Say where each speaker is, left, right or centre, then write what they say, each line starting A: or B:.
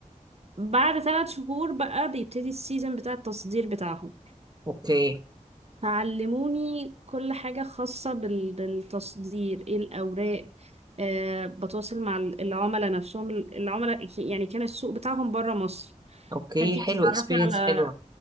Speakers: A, on the right; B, on the right.
A: بعد ثلاث شهور بقى بيبتدي السيزون بتاع التصدير بتاعهم
B: اوكي
A: فعلموني كل حاجة خاصة بال... بالتصدير ايه الأوراق آه بتواصل مع ال- العملاء نفسهم العملاء يعني كان السوق بتاعهم بره مصر
B: اوكي
A: فانتي
B: حلو
A: بتتعرفي
B: اكسبيرينس
A: على
B: حلوه